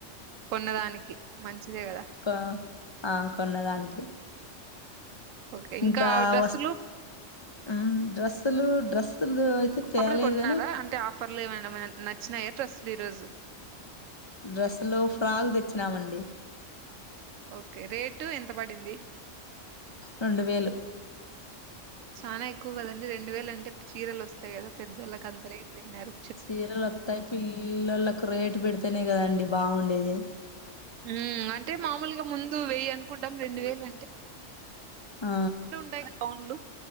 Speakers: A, on the right; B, on the left.
A: కొన్నదానికి మంచిదే గదా
B: క అ కొన్నదాన్కి
A: ఓకే
B: ఇంకా
A: డ్రెస్సులు
B: వస్ హ్మ్ డ్రస్సులు డ్రస్సులు
A: ఉత్తప్పుడు
B: తేలేదు
A: కొన్నారా
B: గాని
A: అంటే ఆఫర్లేమైనా మే నచ్చినయ డ్రస్ లు ఈరోజు
B: డ్రెస్సులో ఫ్రాగ్ దెచ్చినామండి.
A: ఓకే రేటు ఎంత బడింది
B: రొండు వేలు
A: చానా ఎక్కువ గదండి రెండువేలంటే చీరల్ ఒస్తాయ్ గదా పెద్దోళ్ళక్ అంత రేట్ వెట్నారు.
B: చీరల్ ఒత్తయ్ పిల్లలకు రేటు బెడ్తేనే గదండి బా ఉండేది
A: ఉం అంటే మామూల్గా ముందు వెయ్యి అనుకుంటాం రెండు వేల్ అంటే
B: ఆ
A: తు ఉంటాయ్ గ గౌన్లు